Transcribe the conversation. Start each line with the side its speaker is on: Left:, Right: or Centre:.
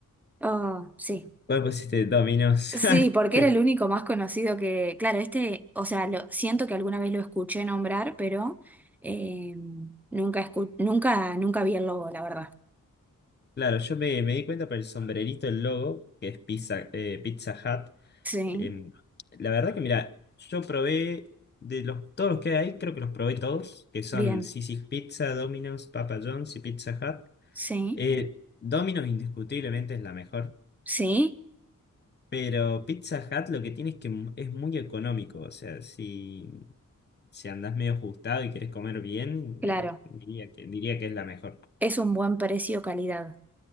Centre: Oh, sí.
Left: ¿Cuál pusiste? Domino's.
Centre: Sí,
Left: <laughs>
Centre: porque
Left: Sí.
Centre: era el único más conocido que. Claro, este, o sea, lo, siento que alguna vez lo escuché nombrar, pero eh, nunca escu- nunca, nunca vi el logo, la verdad.
Left: Claro, yo me, me di cuenta por el sombrerito, el logo, que es Pizza, eh, Pizza Hut.
Centre: Sí,
Left: Em, la verdad que, mira, yo probé de los, todos los que hay, creo que los probé todos, que son
Centre: bien.
Left: Sissy's Pizza, Domino's, Papa John's y Pizza Hut.
Centre: Sí,
Left: Eh, Domino's indiscutiblemente es la mejor,
Centre: sí,
Left: pero Pizza Hut lo que tiene es que mu- es muy económico, o sea, si, si andás medio ajustado y querés comer bien,
Centre: claro.
Left: eh, diría que, diría que es la mejor.
Centre: Es un buen precio calidad.